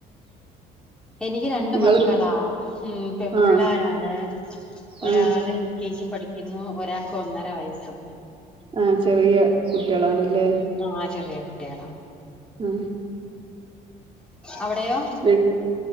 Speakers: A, in the centre; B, on the right (about 30°).
A: എനിക്ക് രണ്ട്
B: നിങ്ങള്
A: മക്കളാ ഉം പെമ്പുള്ളാരാണ്
B: ആഹ്
A: ഒരാള്
B: ആഹ്
A: കെ ജി പഠിക്കുന്നു ഒരാക്ക് ഒന്നര വയസ്സ്.
B: ആഹ് ചെറിയ കുട്ടികളാണല്ലേ-
A: ആഹ് ചെറിയ കുട്ടികളാ.
B: മ്.
A: അവിടെയോ?
B: വെ